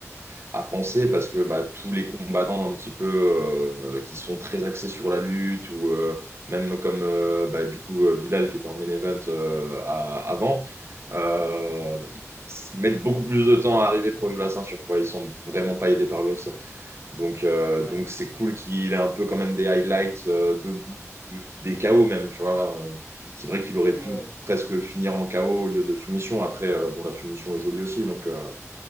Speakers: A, on the right; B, on the left.
A: à penser parce que bah, tous les combattants un petit peu euh, qui sont très axés sur la lutte ou euh, même comme euh, bah, du coup euh, Bilal qui était en main event euh, à- avant. Euh, ils mettent beaucoup plus de temps à arriver proche de la ceinture, quoi. Ils sont vraiment pas aidés par l'UFC. Donc, euh,
B: Ouais,
A: donc c'est cool qu'il ait un peu quand même des highlights euh, debout, des KO même, tu vois. là. euh, C'est vrai qu'il aurait
B: ouais,
A: pu
B: ouais.
A: presque finir en KO au lieu de soumission. Après, euh, bon, la soumission est jolie aussi, donc. euh,